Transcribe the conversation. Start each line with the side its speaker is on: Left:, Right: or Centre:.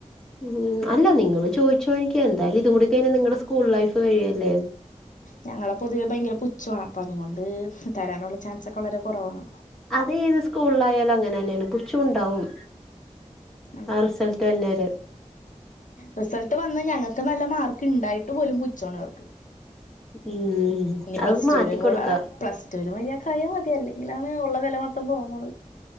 Centre: ഉം അല്ല നിങ്ങള് ചോദിച്ചോനിക്ക് എന്തായാലും ഇത് കൂടി കഴിഞ നിങ്ങടെ സ്കൂൾ ലൈഫ് കഴിയല്ലേ
Left: ഞങ്ങളെ പൊതുവെ ഭയങ്കര പുച്ഛവ അപ്പൊ അതുംകൊണ്ട് തരാനുള്ള ചാൻസൊക്ക വളരെ കൊറവാണ്
Centre: അത ഏത് സ്കൂളിലായാലും അങ്ങനെന്നേണ് പുച്ചു ഉണ്ടാവും
Left: അതെ
Centre: ആഹ് റിസൽട്ട് വർന വരെ
Left: റിസൾട്ട് വന്ന ഞങ്കക്ക് നല്ല മാർക്ക് ഇണ്ടായിട്ട് പോലും പുച്ചവാണ് അവർക്ക്
Centre: ഉം
Left: ഇനി പ്ലസ്റ്റൂലും
Centre: അത് മാറ്റിക്കൊടുക്ക
Left: കൂട പ്ലസ് റ്റൂലും കായ്യ മതി അല്ലെങ്കിലാണ് ഉള്ള വില മൊത്തം പോണത്